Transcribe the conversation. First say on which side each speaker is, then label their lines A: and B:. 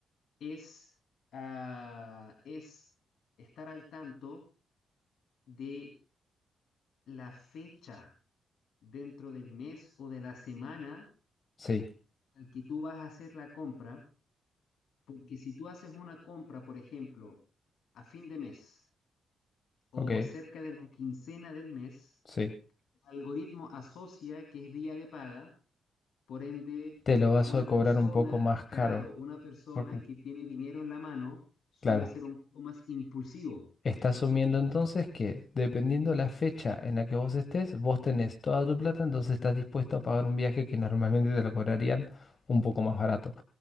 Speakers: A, on the left; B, on the left.
A: es, ah, es estar al tanto de la fecha dentro del mes o de la semana
B: sí,
A: al que tú vas a hacer la compra, porque si tú haces una compra, por ejemplo, a fin de mes o
B: ok,
A: cerca de la quincena del mes,
B: sí.
A: el algoritmo asocia que es día de paga, por ende,
B: Te lo vas
A: una
B: a cobrar
A: persona,
B: un poco más
A: claro,
B: caro,
A: una persona
B: porque,
A: que tiene dinero en la mano suele
B: claro,
A: ser un poco más impulsivo.
B: está asumiendo entonces que dependiendo la fecha en la que vos estés, vos tenés toda tu plata, entonces estás dispuesto a pagar un viaje que normalmente te lo cobrarían un poco más barato.